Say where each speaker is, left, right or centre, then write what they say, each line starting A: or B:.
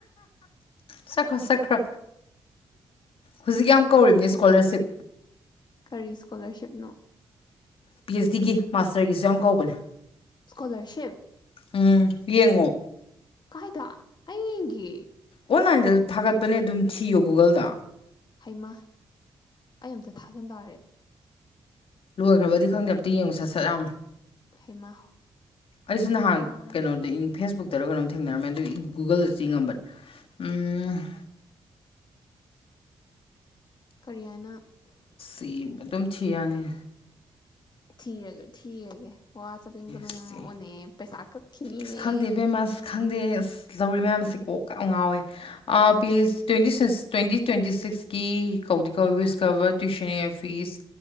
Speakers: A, on the left (about 65°); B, on the left (about 45°).
A: ꯆꯠꯈꯣ ꯆꯠꯈ꯭ꯔꯣ ꯍꯧꯖꯤꯛ ꯌꯥꯝ ꯀꯧꯔꯤꯕꯅꯤ
B: ꯑꯗꯨꯅꯤ
A: ꯏꯁꯀꯣꯂꯥꯔꯁꯤꯞ
B: ꯀꯔꯤ ꯏꯁꯀꯣꯂꯥꯔꯁꯤꯞꯅꯣ
A: ꯄꯤ ꯑꯦꯁ ꯗꯤꯒꯤ ꯃꯥꯁꯇꯔꯒꯤꯁꯨ ꯌꯥꯎꯅ ꯀꯧꯕꯅꯦ
B: ꯏꯁ꯭ꯀꯣꯂꯔꯁꯤꯞ
A: ꯎꯝ ꯌꯦꯡꯉꯣ
B: ꯀꯥꯏꯗ ꯑꯩꯒꯤ
A: ꯑꯣꯟꯂꯥꯏꯟꯗ ꯊꯥꯒꯠꯄꯅꯦ ꯑꯗꯨꯝ ꯊꯤꯌꯣ ꯒꯨꯒꯜꯗ
B: ꯍꯩꯃꯥ ꯑꯩ ꯑꯝꯇ ꯊꯥꯖꯟ ꯇꯥꯔꯦ
A: ꯂꯣꯏꯒ꯭ꯔꯕꯗꯤ ꯈꯪꯗꯦ ꯑꯝꯇ ꯌꯦꯡꯉꯨ ꯁꯠ ꯁꯠ ꯌꯥꯝꯎꯅ
B: ꯍꯩꯃꯥ
A: ꯑꯩꯁꯨ ꯅꯍꯥꯟ
B: ꯍꯥꯟꯅ
A: ꯀꯩꯅꯣꯗꯩꯅꯦ ꯐꯦꯁꯕꯨꯛꯇꯔꯣ ꯀꯩꯅꯣꯝ ꯊꯦꯡꯅꯔꯝꯃꯦ ꯑꯗꯨꯒꯤ ꯒꯨꯒꯜꯗ ꯆꯤꯡꯉꯝꯕꯅꯦ
B: ꯀꯔꯤꯍꯥꯏꯅ
A: ꯄꯤ ꯑꯗꯨꯝ ꯊꯤꯌꯥꯅꯤ
B: ꯊꯤꯔꯒꯧ ꯊꯤꯔꯒꯦ ꯋꯥ ꯆꯥꯕꯦꯡ ꯆꯥꯕꯦꯡꯉꯥꯡꯉꯛꯑꯣꯅꯦ
A: ꯁꯤ
B: ꯄꯩꯁꯥ ꯀꯛꯈꯤꯅꯤꯅꯦ
A: ꯑꯁ ꯈꯪꯗꯦ ꯏꯕꯦꯝꯃ ꯑꯁ ꯈꯪꯗꯦ ꯑꯁ ꯂꯧꯔꯤ ꯃꯌꯥꯝꯁꯦ ꯀꯣꯛ ꯀ ꯉꯥꯎꯋꯦ ꯄꯦꯁ ꯇ꯭ꯋꯦꯟꯇꯤ ꯁꯤꯛꯁ ꯇ꯭ꯋꯦꯟꯇꯤ ꯇ꯭ꯋꯦꯟꯇꯤ ꯁꯤꯛꯁꯀꯤ ꯀꯧꯗꯤ ꯀꯧꯏ ꯋꯤꯁꯀꯕꯔ ꯇ꯭ꯋꯏꯤꯁꯟꯅꯤꯌꯔ ꯐꯤꯁ